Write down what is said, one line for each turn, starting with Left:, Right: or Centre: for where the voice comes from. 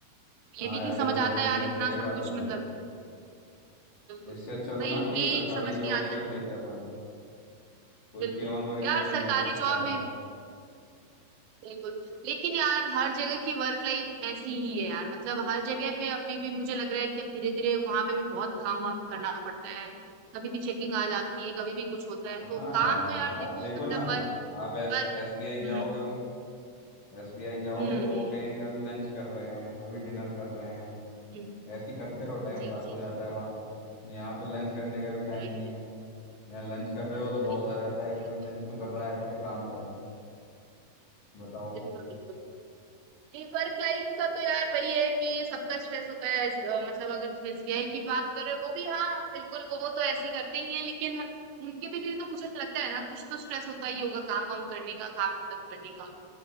Left: हाँ
Right: ये भी
Left: यार
Right: नहीं समझ
Left: ये तो
Right: आता
Left: है ही
Right: यार
Left: यार
Right: इतना
Left: सही बात
Right: सब कुछ
Left: है बिल्कुल
Right: मतलब बिल्कुल
Left: इससे अच्छा तो
Right: वही
Left: ना कोई
Right: ये
Left: सरकारी
Right: समझ नहीं
Left: जॉब
Right: आता
Left: ही कर लेते अपन कोई
Right: बिल्कुल
Left: पियोन वगैरह
Right: यार
Left: ही बन
Right: सरकारी
Left: जाते सरकारी
Right: जॉब में बिल्कुल लेकिन यार हर जगह की वर्क लाइफ ऐसी ही है यार मतलब हर जगह पे अभी भी मुझे लग रहा है कि अब धीरे धीरे वहां पे भी बहुत काम वाम करना पड़ता है कभी भी चेकिंग आ जाती है कभी भी कुछ होता है तो
Left: हाँ यार
Right: काम तो यार देखो
Left: आप देखो
Right: मतलब
Left: ना
Right: वर्क
Left: आप एस
Right: वर्क
Left: एसबीआई जाओ
Right: हम्म
Left: कभी एसबीआई जाओगे
Right: हम्म हम्म,
Left: तो वो कहेंगे अभी लंच कर रहे हैं अभी डिनर कर रहे हैं
Right: हम्म,
Left: ऐसे ही करते रहो टाइम
Right: जी
Left: पास
Right: जी
Left: हो जाता
Right: जी
Left: है वहाँ तो यहाँ पे लंच करने का भी टाइम
Right: ये-
Left: नहीं है यहाँ लंच कर रहे हो तो बॉस
Right: ये
Left: आ जाता है कि भाई
Right: तो
Left: लंच क्यों कर रहा है साले काम कर बताओ
Right: बिल्कुल बिल्कुल जी वर्क लाइफ का तो यार वही है कि सबका स्ट्रेस होता है अ, मतलब अगर तुम एसबीआई की बात कर रहे हो वो भी हाँ बिल्कुल वो तो ऐसे ही करते ही हैं लेकिन उनके भी, भी तो मुझे लगता है ना कुछ तो स्ट्रेस होता ही होगा काम वाम करने का काम खत्म करने का